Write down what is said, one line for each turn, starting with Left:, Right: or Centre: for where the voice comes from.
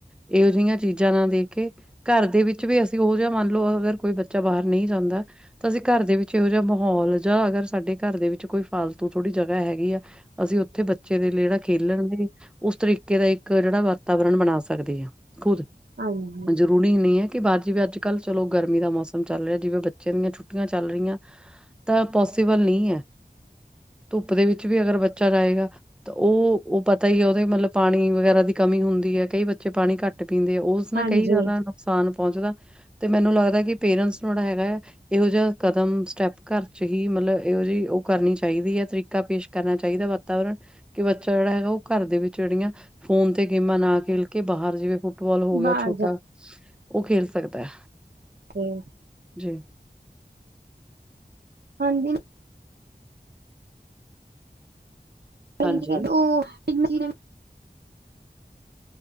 Centre: ਏਯੋ ਜਿਈਆਂ ਚੀਜਾ ਨਾ ਦੇਕੇ ਘਾੱਰ ਦੇ ਵਿੱਚ ਵੀ ਅਸੀ ਓ ਜਯਾ ਮਾਨ ਲੋ ਅਗਰ ਕੋਈ ਬੱਚਾ ਬਾਹਰ ਨਈ ਜਾਂਦਾ ਤਾਂ ਅਸੀ ਘਾੱਰ ਦੇ ਵਿੱਚ ਇਹੋ ਜਯਾ ਮਾਹੌਲ ਜਾਂ ਅਗਰ ਸਾਡੇ ਘਾੱਰ ਦੇ ਵਿੱਚ ਕੋਈ ਫਾਲਤੂ ਥੋੜ੍ਹੀ ਜਗਾ ਹੈਗੀ ਆ ਅਸੀ ਓਥੇ ਬੱਚੇ ਦੇ ਲੇੜਾ ਖੇਲਣ ਦੀ, ਉਸ ਤਰੀਕੇ ਦਾ ਇੱਕ ਜੜਾ ਵਾਤਾਵਰਨ ਬਣਾ ਸਕਦੇ ਆ ਖੁਦ
Right: ਹਾਂਜੀ।
Centre: ਜ਼ਰੂਰੀ ਨਈ ਆ ਕਿ ਬਾਦ ਜਿਵੇ ਆੱਜ-ਕਾੱਲ ਚਲੋ ਗਰਮੀ ਦਾ ਮੌਸਮ ਚੱਲ ਰੇਐ ਜਿਵੇਂ ਬੱਚੇਆਂ ਦੀਆਂ ਛੁੱਟੀਆਂ ਚੱਲ ਰਈਆਂ ਤਾਂ ਪੋਸੀਬਲ ਨੀ ਐ। ਧੁੱਪ ਦੇ ਵਿੱਚ ਵੀ ਅਗਰ ਬੱਚਾ ਰਏਗਾ ਤ ਓ, ਓ ਪਤਾ ਈ ਐ ਓਦੇ ਮਤਲਬ ਪਾਣੀ ਵਗੈਰਾ ਦੀ ਕਮੀ ਹੁੰਦੀ ਐ ਕਈ ਬੱਚੇ ਪਾਨੀ ਘੱਟ ਪੀਂਦੇ ਆ ਓ ਓਸ ਨਾ
Right: ਹਾਂਜੀ
Centre: ਕਈ ਜ਼ਿਆਦਾ ਓਨੂੰ ਨੁਕਸਾਨ ਪੌਂਚਦੈ ਤੇ ਮੈਨੂੰ ਲੱਗਦੈ ਕਿ ਪੇਰੈਂਟਸ ਨੂੰ ਐੜਾ ਹੈਗੈ ਆ ਇਹੋ ਜਿਆ ਕਦਮ ਸਟੈਪ ਘਰ 'ਚ ਹੀ ਮਤਲਬ ਏਹੋ ਜੀ ਓ ਕਰਨੀ ਚਾਈਦੀ ਐ, ਤਰੀਕਾ ਪੇਸ਼ ਕਰਨਾ ਚਾਈਦੈ ਵਾਤਾਵਰਨ ਕਿ ਬੱਚਾ ਜੇੜਾ ਹੈਗਾ ਓ ਘਰ ਦੇ ਵਿੱਚ ਜੜੀਆਂ ਫੋਨ ਤੇ ਗੇਮਾਂ ਨਾ ਖੇਲ ਕੇ ਬਾਹਰ ਜਿਵੇਂ ਫੁੱਟਬਾਲ ਹੋ ਗਿਆ
Right: ਬਾਹਰ
Centre: ਛੋਟਾ,
Right: ਜਾ
Centre: ਓ ਖੇਲ ਸਕਦੈ।
Right: ਹੂੰ।
Centre: ਜੀ।
Right: ਹਾਂਜੀ। ਭੈਨਜੀ
Centre: ਹਾਂਜੀ,
Right: ਘਰ ਦੂਰ <unintelligible>